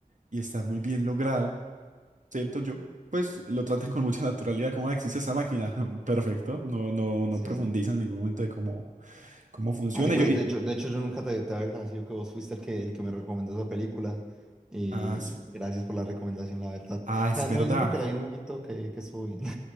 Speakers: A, on the right; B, in the centre.
A: y está muy bien logrado, siento yo. Pues lo tratan con mucha naturalidad, como "Ah, existe esa máquina, <laughs> perfecto. No, no, no
B: Sí,
A: profundizan
B: sí.
A: en ningún momento de cómo, cómo funciona.
B: Ah, sí, pero
A: Yo, y-
B: de hecho, de hecho yo nunca te, te había agradecido que vos fuiste el que, el que me recomendó esa película. Y
A: ah, es
B: gracias por la recomendación, la verdad.
A: ah,
B: O
A: es
B: sea,
A: verdad,
B: también siento que la vi en un momento que, que estuvo bien. <laughs>